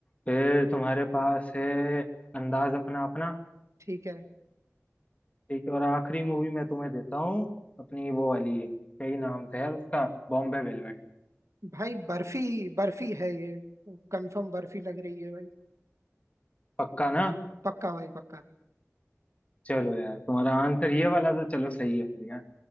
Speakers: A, on the left; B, on the right.
A: फिर तुम्हारे पास है अंदाज अपना अपना
B: ठीक है
A: ठीक है और आखिरी मूवी मैं तुम्हें देता हूँ अपनी वो वाली क्या ही नाम था यार उसका बॉम्बे वेलवेट
B: भाई बर्फी बर्फी है ये कंफर्म बर्फी लग रही है भाई
A: पक्का ना
B: पक्का भाई पक्का
A: चलो यार तुम्हारा आंसर ये वाला तो चलो सही है फिर यार